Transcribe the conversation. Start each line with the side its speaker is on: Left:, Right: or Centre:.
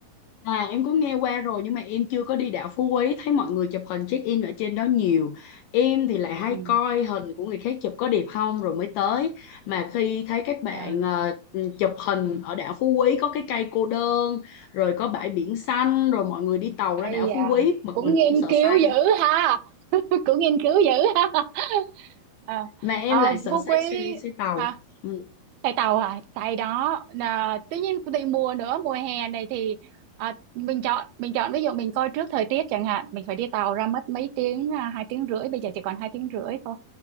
Left: À em có nghe qua rồi nhưng mà em chưa có đi đảo Phú Quý thấy mọi người chụp hình check in ở trên đó nhiều em thì lại hay
Right: ừ.
Left: coi hình của người khác chụp có đẹp không rồi mới tới mà khi thấy các bạn
Right: à,
Left: ờ, ừ, chụp hình ở đảo Phú Quý có cái cây cô đơn rồi có bãi biển xanh rồi mọi người đi tàu
Right: Ây
Left: ra đảo
Right: à,
Left: Phú Quý mà
Right: cũng
Left: mình
Right: nghiên
Left: cũng sợ
Right: cứu
Left: say
Right: dữ ha. <laughs> cũng nghiên cứu dữ ha <laughs> à,
Left: mà em
Right: ờ,
Left: lại sợ
Right: Phú Quý
Left: say xe say tàu
Right: hả?
Left: Ừ.
Right: Xài tàu à? Xài đó. Là, tuy nhiên tùy mùa nữa, mùa hè này thì à, mình chọn mình chọn ví dụ mình coi trước thời tiết chẳng hạn, mình phải đi tàu ra mất mấy tiếng, à, hai tiếng rưỡi, bây giờ chỉ còn hai tiếng rưỡi thôi.